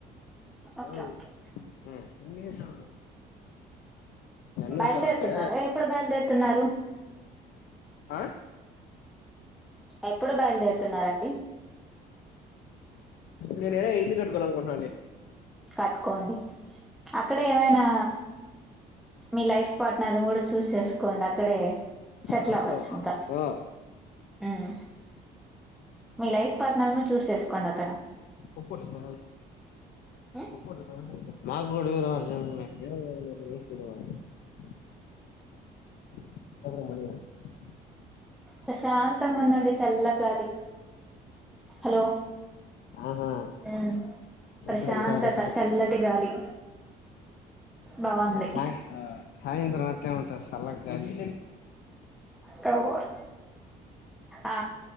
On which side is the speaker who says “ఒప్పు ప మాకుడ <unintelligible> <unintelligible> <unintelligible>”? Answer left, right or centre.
Left